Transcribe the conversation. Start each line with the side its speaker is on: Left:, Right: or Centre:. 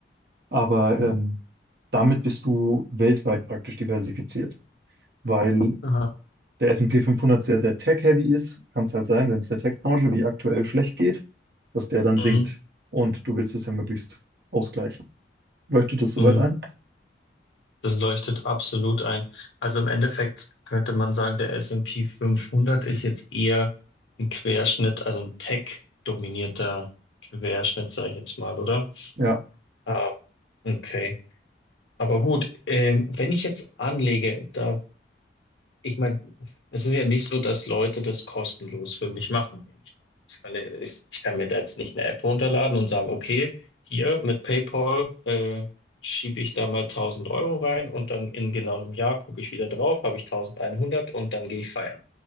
Right: aber
Left: Okay.
Right: ähm, damit bist du weltweit praktisch diversifiziert, weil
Left: Aha.
Right: der S&P fünfhundert sehr, sehr tech-heavy ist, kann es halt sein, wenn es der Tech-Branche wie aktuell schlecht geht, dass der dann
Left: Mhm.
Right: sinkt und du willst es ja möglichst ausgleichen. Leuchtet das soweit
Left: Mhm.
Right: ein?
Left: Das leuchtet absolut ein. Also im Endeffekt könnte man sagen, der S&P 500 ist jetzt eher ein Querschnitt, also ein Tech-dominierter Querschnitt, sage ich jetzt mal, oder?
Right: Ja.
Left: Ah, okay. Aber gut, ähm, wenn ich jetzt anlege, da Ich meine, es ist ja nicht so, dass Leute das kostenlos für mich machen. nehme Ich, mal. Das kann, ich, ich kann mir da jetzt nicht eine App runterladen und sagen, okay, hier mit PayPal äh, schiebe ich da mal 1000 Euro rein und dann in genau einem Jahr gucke ich wieder drauf, habe ich 1100 und dann gehe ich feiern.